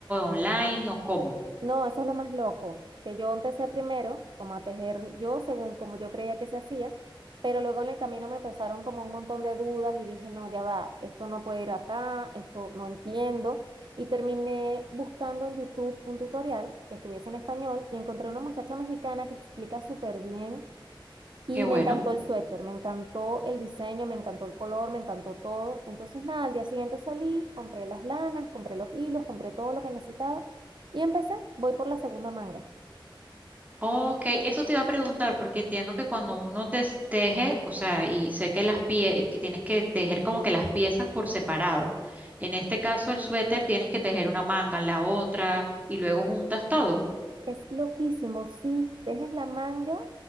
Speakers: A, on the right; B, on the right.
A: online o cómo?
B: No, eso es lo más loco, que yo empecé primero como a tejer yo según como yo creía que se hacía, pero luego en el camino me empezaron como un montón de dudas y dije, no, ya va, esto no puede ir acá, esto no entiendo. Y terminé buscando en YouTube un tutorial que estuviese en español y encontré una muchacha mexicana que explica súper bien y
A: Qué bueno.
B: me encantó el suéter, me encantó el diseño, me encantó el color, me encantó todo. Entonces, nada, al día siguiente salí, compré las lanas, compré los hilos, compré todo lo que necesitaba y empecé. Voy por la segunda manga.
A: Ok, eso te iba a preguntar porque entiendo que cuando uno te teje, o sea, y sé que las pie que tienes que tejer como que las piezas por separado. En este caso, el suéter tienes que tejer una manga, la otra, y luego juntas todo. O
B: Es loquísimo, sí, tejes la manga